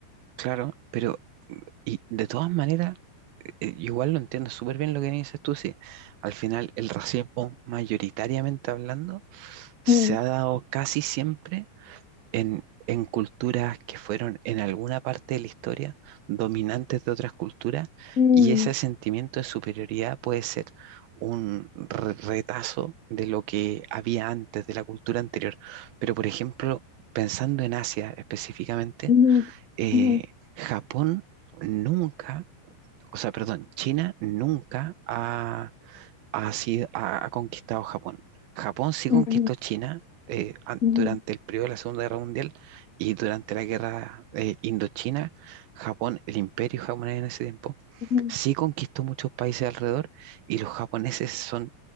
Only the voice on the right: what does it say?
claro, pero Y de todas maneras, eh, eh, igual lo entiendo súper bien lo que dices tú, sí. Al final, el racismo, mayoritariamente hablando, se
ha dado casi siempre en, en culturas que fueron en alguna parte de la historia dominantes de otras culturas,
y ese sentimiento de superioridad puede ser un re- retazo de lo que había antes, de la cultura anterior. Pero, por ejemplo, pensando en Asia específicamente,
eh,
Japón nunca o sea, perdón, China nunca ha, ha, sido- ha, ha conquistado Japón. Japón sí
conquistó China eh, an-
durante el periodo de la Segunda Guerra Mundial y durante la Guerra eh, Indochina. Japón, el imperio japonés en ese tiempo,
sí conquistó muchos países alrededor y los japoneses son